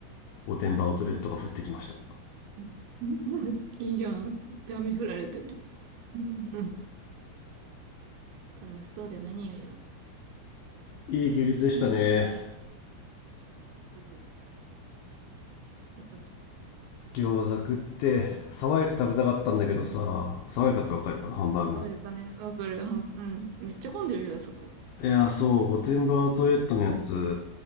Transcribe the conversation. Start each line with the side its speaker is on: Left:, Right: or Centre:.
Left: 御殿場アウトレットが降ってきました
Right: うん。うん <laughs> いいじゃん。で、雨降られてね。うん楽しそうで何よりだ。
Left: いい休日でしたね
Right: うん。うんよかったよかった。
Left: 餃子食って爽やか食べたかったんだけどさ爽やかってわかるあのハンバーグの
Right: そういうかね。わかる。はんうん。めっちゃ混んでるよ、あそこ。
Left: いや、そう、御殿場アウトレットのやつ、